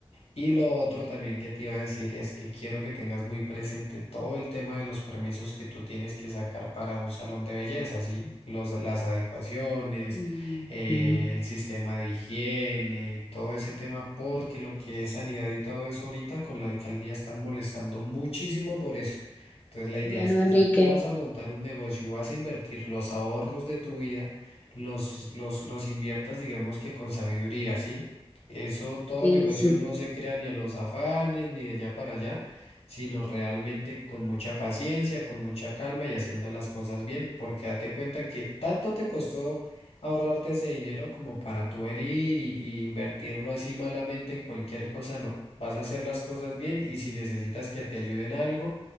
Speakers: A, on the left; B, on the left.
A: Y lo otro también que te iba a decir es que quiero que tengas muy presente todo el tema de los permisos que tú tienes que sacar para un salón de belleza, ¿sí? Los, las adecuaciones,
B: Mm,
A: eh,
B: sí.
A: el sistema de higiene, todo ese tema, porque lo que es sanidad y todo eso ahorita con la alcaldía están molestando muchísimo por eso. Entonces la idea
B: Bueno,
A: es que
B: Enrique,
A: si tú vas a montar un negocio y vas a invertir los ahorros de tu vida, los, los, los inviertas, digamos que con sabiduría, ¿sí? Eso, todo
B: y
A: negocio
B: sí.
A: no se crea ni a los afanes, ni de allá para allá, sino realmente con mucha paciencia, con mucha calma y haciendo las cosas bien, porque date cuenta que tanto te costó ahorrarte ese dinero como para tú venir y, y invertirlo así malamente en cualquier cosa, no. Vas a hacer las cosas bien y si necesitas que te ayuden algo,